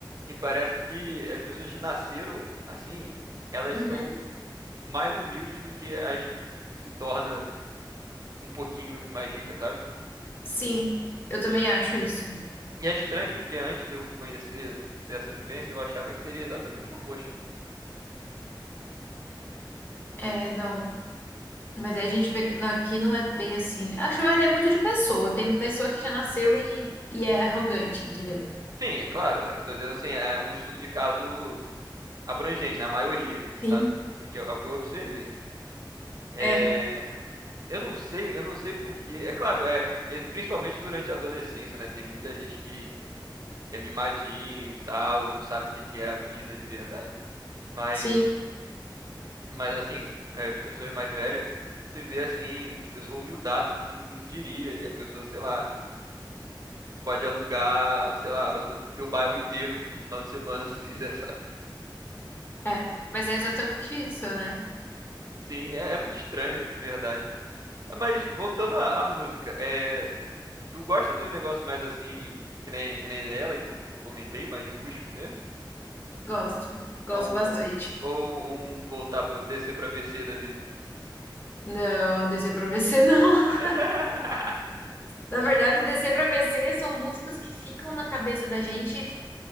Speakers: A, on the right; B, on the left.
A: E parece que as pessoas que nasceram assim, elas
B: Uhum.
A: são mais humildes do que as que se torna um pouquinho mais ricas, sabe?
B: Sim, eu também acho isso.
A: E é estranho, porque antes de eu conhecer, de ter essa vivência, eu achava que seria exatamente o oposto.
B: É, não. Mas aí a gente vê que aqui não é bem assim. Eu acho que varia muito de pessoa. Tem pessoa que já nasceu e, e é arrogante, entendeu?
A: Sim, é claro, eu tô dizendo assim, é um estudo de caso abrangente, na maioria,
B: Sim.
A: sabe? É o que eu, é o que eu observei. É,
B: É,
A: eu não sei, eu não sei porquê. É claro, é, e- principalmente durante a adolescência, né? Tem muita gente que, que é mimadinho e tal, não sabe o que que é a vida de verdade. Mas,
B: sim,
A: mas assim, é, as pessoas mais velhas, você vê assim, pessoa humildaça, tu não, não diria. E a pessoa, sei lá, pode alugar, sei lá, o teu bairro inteiro por um final de semana, <laughs> se quiser, sabe?
B: é. Mas é exatamente isso, né?
A: Sim, é, é muito estranho, de verdade. Mas voltando à, à música, é, Tu gosta do negócio mais assim, que nem, que nem dela, que eu, que eu comentei, mais rústico mesmo?
B: Gosto. Gosto
A: Ou,
B: bastante.
A: ou, ou um voltar pra descer pra BC da vida?
B: Não, descer pra BC não.
A: <laughs>
B: <laughs> Na verdade, descer pra BC são músicas que ficam na cabeça da gente. e